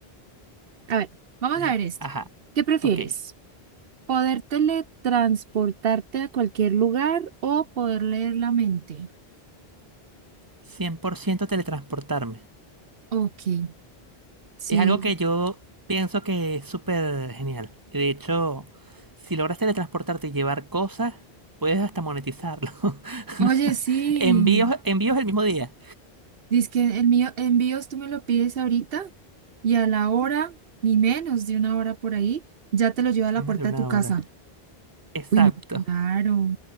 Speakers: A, on the right; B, on the right.
A: a ver, vamos
B: Eh,
A: a ver esta.
B: Ajá.
A: ¿Qué prefieres?
B: Ok.
A: ¿Poder teletransportarte a cualquier lugar o poder leer la mente?
B: cien por ciento teletransportarme.
A: Ok, sí.
B: Es algo que yo pienso que es súper genial. Y de hecho, si logras teletransportarte y llevar cosas, puedes hasta monetizarlo. <laughs>
A: Oye, sí.
B: Envíos, envíos el mismo día.
A: Dice que el mío, envíos tú me lo pides ahorita y a la hora, ni menos de una hora por ahí, ya te lo lleva a la
B: Menos
A: puerta
B: de una
A: de tu casa.
B: hora. Exacto.
A: Uy, no, claro.